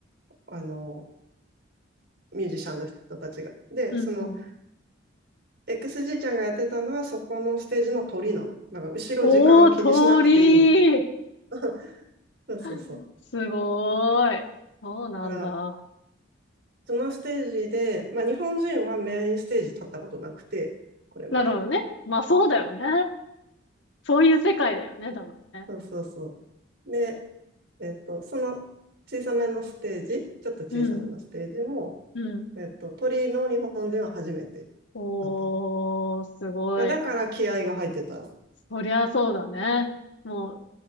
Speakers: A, on the right (about 65°); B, on the left (about 65°).
A: あの、ミュージシャンの人たちが。で、
B: うんうん。
A: その XG ちゃんがやってたのはそこのステージの鳥なの。だから後ろ時間気にしなくていい。
B: おー、通り
A: <laughs> そうそうそう。
B: <laughs> すごーい。そうなんだ。
A: だから、そのステージで、まあ日本人はメインステージ立ったことなくて、これまで。
B: なるほどね。まあそうだよね。そういう世界だよね、多分ね。
A: そうそうそう。で、えっと、その小さめのステージ、ちょっと小さめのステージも、
B: うん、うん。
A: えっと、鳥の日本人は初めて
B: おー、
A: だったの。
B: すごい。
A: まあだから気合が入ってた。
B: そりゃそうだね。もう、